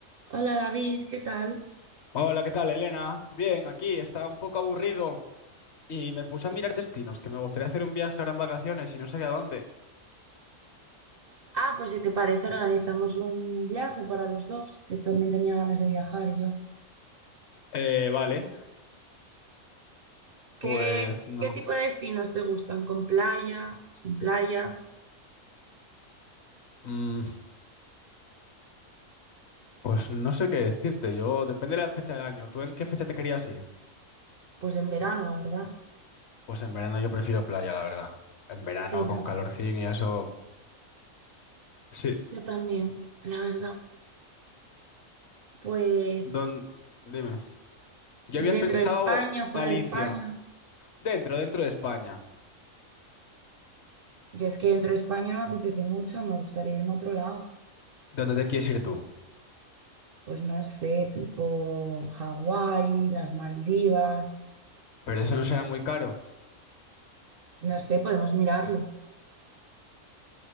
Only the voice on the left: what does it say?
Hola, ¿qué tal, Elena? Bien, aquí estaba un poco aburrido y me puse a mirar destinos, que me gustaría hacer un viaje ahora en vacaciones y no sabía dónde.
Eh, vale,
pues no.
Mm, pues no sé qué decirte, yo depende de la fecha del año. ¿Tú en qué fecha te querías ir?
Pues en verano yo prefiero playa, la verdad. En verano
con calorcín y eso. Sí,
don... dime. Yo había
pensado
Galicia,
dentro, dentro de España.
¿Dónde te quieres ir tú?
Pero eso no será muy caro.